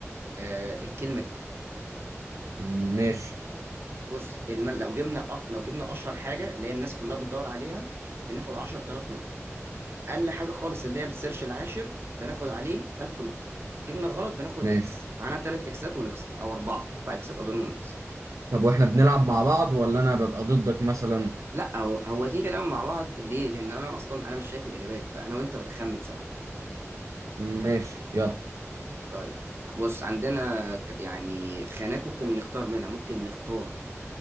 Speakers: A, on the right; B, on the right.
A: آه، الكلمه دي
B: م- ماشي
A: بص الم- لو جبنا أ- لو جبنا اشهر حاجه اللي هي الناس كلها بتدور عليها بناخد 10000 نقطه اقل حاجه خالص اللي هي السيرش العاشر بناخد عليه 1000 نقطه جبنا غلط بناخد
B: ماشي
A: اكس معانا ثلاث اكسات ونخسر او اربعه اربع اكسات اظن ونخسر
B: طب واحنا بنلعب مع بعض ولا انا ببقى ضدك مثلا
A: لا هو هو دي كلام مع بعض ليه لان انا اصلا انا مش شايف الاجابات فانا وانت بنخمن سوا
B: ماشي يلا
A: طيب بص عندنا ك- يعني خانات ممكن نختار منها ممكن نختار